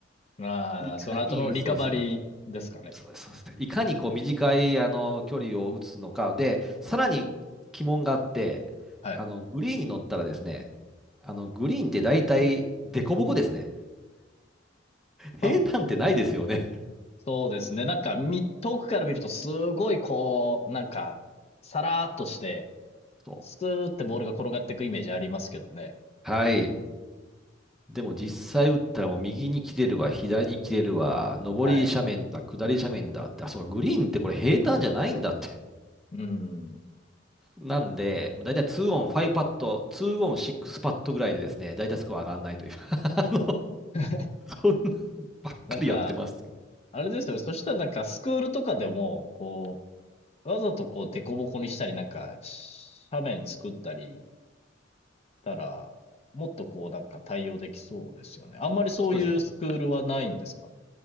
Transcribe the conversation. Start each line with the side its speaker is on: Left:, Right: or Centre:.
Left: ああ、
Centre: いかに、
Left: その後のリカバリーですかね。
Centre: そうです。そうです、そうです。いかにこう短いあの距離を打つのか。で、さらに鬼門があって、
Left: はい。
Centre: あの、グリーンに乗ったらですね、あの、グリーンって大体凸凹ですね。
Left: あ、
Centre: 平坦ってないですよね。
Left: そうですね。なんか、み、遠くから見るとすごいこう、なんか、さらーっとして、
Centre: そ
Left: スーってボールが転がっていくイメージありますけどね。
Centre: う。はい。でも実際打ったらもう右に切れるわ、左に切れるわ、上り斜面だ、
Left: はい。
Centre: 下り斜面だって、あ、そうか、グリーンってこれ平坦じゃないんだって。
Left: うん。
Centre: なんで、だいたい2オン5パット、2オン6パットぐらいでですね、だいたいスコア上がらないという。<laughs> あの、
Left: <laughs>
Centre: そんなばっかりやってます。
Left: なんか、あれですよ。そしたらなんかスクールとかでも、こう、わざとこう、デコボコにしたり、なんか、斜面作ったりしたら、もっとこう、なんか対応できそうですよね。あんまりそういうスクールはないんですか
Centre: そうですね。